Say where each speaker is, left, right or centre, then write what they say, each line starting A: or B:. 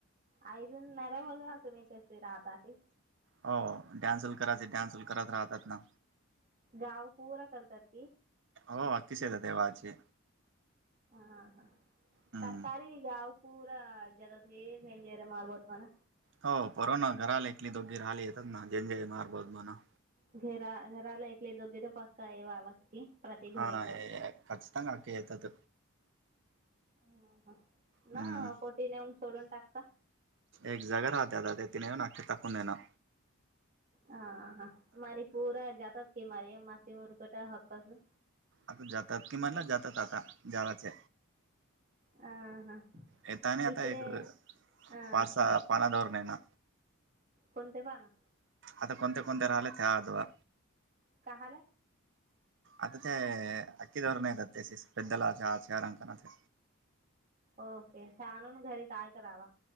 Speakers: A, on the right; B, on the right.
A: आयजून नरा बघा, तुम्ही कसे राहता ते?
B: हो डान्सल करायचं, डान्सल करत राहतात ना.
A: गाव पूरा करतात ती.
B: हो. अक्कीच येतात तेव्हाचे.
A: हा
B: हम्म.
A: साकारी हाय गाव. पूरा जगातली, हेंजर मारबोत मला.
B: हो बरो ना, घराला एकली दोकली राहिली येतात ना झेंजे मार बत मना.
A: घरा घराला ऐकले दोघे त पक्का हे वावाच की. प्रति घरनं
B: हा ये खचखंग नक्की येतात.
A: हां हां ना
B: हम्म.
A: कोटी नेऊन सोडून टाकता
B: एक जाग राहत्यालं ते ति नाकिता. कुणे ना.
A: हा हा हा. मारी पूरा जातात की मारे मासे रउरकटा हक कसं?
B: आता जातात किमान ना जातात आता जाराचे.
A: हां हां
B: येताने आता
A: इकडे
B: एक
A: हां
B: पासा पाना दोर नाई ना?
A: कोणते पाना?
B: आता कोणते कोणते राहिले त्यातवा.
A: काहले?
B: आता काय अखकी धरू नाहीेतात तेसीस. तेला का <unintelligible>
A: ओके ते आणून घरी काय करावा?